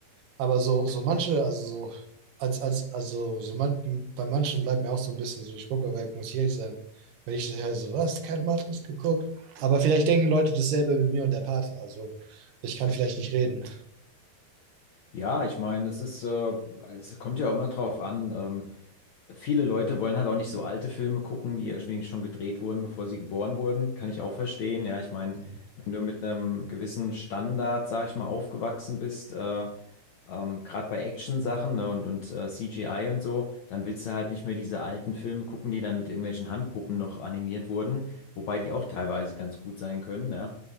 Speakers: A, on the right; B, on the left.
A: Aber so, so manche, also so, als, als, also so man, bei manchen bleibt mir auch so ein bisschen so, ich gucke weg, muss ich ehrlich sein. Wenn ich höre, so, was, kein Matrix geguckt. Aber vielleicht denken Leute dasselbe mit mir und der Pate. Also ich kann vielleicht nicht reden.
B: Ja, ich meine, es ist, äh, es kommt ja auch immer drauf an. Ähm, Viele Leute wollen halt auch nicht so alte Filme gucken, die irgendwie schon gedreht wurden, bevor sie geboren wurden. Kann ich auch verstehen. Ja, ich meine,
A: Mhm.
B: wenn du mit einem gewissen Standard, sag ich mal, aufgewachsen bist, äh, ähm, gerade bei Action-Sachen, ne, und, und äh, CGI und so, dann willst du halt nicht mehr diese alten Filme gucken, die dann mit irgendwelchen Handpuppen noch animiert wurden, wobei die auch teilweise ganz gut sein können, ne?